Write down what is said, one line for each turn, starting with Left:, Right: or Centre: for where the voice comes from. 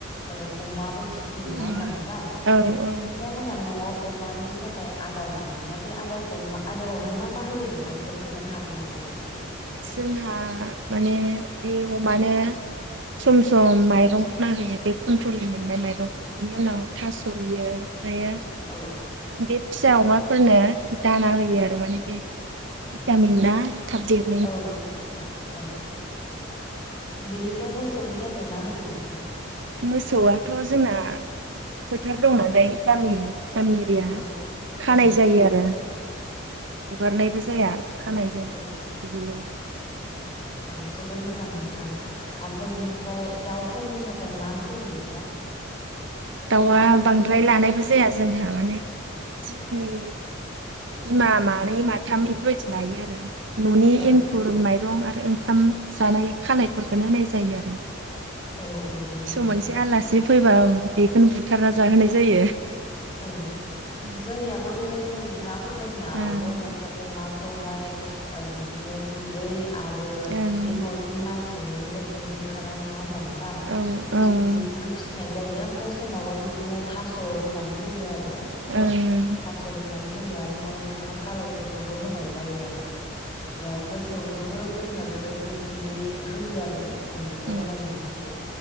Left: ओ अमाबो फिसियो
Right: ओं
Left: नङा होमबा नोंथां।
Right: औ औ
Left: नोंथांमोना न'आव अमानि थाखाय आदार बानायोना बे आदारखौ आदारावहाय मा मा होयो नों थां बेखौ खोन्थानो हागोन नामा? एसे
Right: जोंहा माने बे अमानो, सम-सम माइरं रुना होयो, बे कन्ट्रलनि मोननाय माइरंखौ बिनि उनाव थास'यो रूयो आमफ्रायो।
Left: औ
Right: बे फिसा अमाफोरनो दाना होयो आरो माने बे भिटामिन दा थाब देर
Left: औ नंगौ नोंथां औ। बेनिफ्राय मोसौनि थाखाय मा होयो नोंथां?
Right: मोसौआथ' जोंना फोथार दं नालाय गामिनि गामि <unintelligible>
Left: औ
Right: खानाय
Left: औ ओ
Right: जायो आरो हगारनायबो जाया, खानाय जायो। दुब्लियावनो
Left: औ औ जोबोर मोजां नोंथां। आमफ्राय बेनि आमफ्राय दाउफोरनि थाखाय मा होयो नोंथां?
Right: दाउआ बांद्राय लानायबो जाया जोंहा माने, जिखिनि बिमा मानै, माथाम बेफोरबायदि लायो आरो न'नि
Left: औ
Right: एंखुर, माइरं आरो ओंखाम जानाय खालायफोरखौनो होनाय जायो आरो
Left: औ औ बेनो
Right: सम
Left: नोंथां
Right: मोनसे आलासि फैबा, बेखौनो बुथारना जाहोनाय जायो।
Left: औ,
Right: ओं
Left: जोंनियाबो बेबायदिनो नोंथां जोंनियावबो
Right: ओं
Left: माने, अमाखौहाय, ओ बिदिनो गुन्दै आरो
Right: ओं
Left: बे न'नि माइ सौनायनिफ्राय गुन्दैओंखारा नङा होमबा नोंथां!
Right: औ
Left: बे
Right: ओं
Left: गन्दैजोंनो फिसिनाय जायो। आमफ्राय समावबा बिदिनो थास' रुनानै होयो आरो
Right: ओं
Left: स' रुनानै होयो आरो न'नि ओंखाम खालायफोरखौबो होनाय जायो आरो। आमफ्राय मोसौनोबो जोंनियाव बेबायदिनो गुन्दै होयो आरो। गुन्दैखौ
Right: औ
Left: लगायनानै होयो।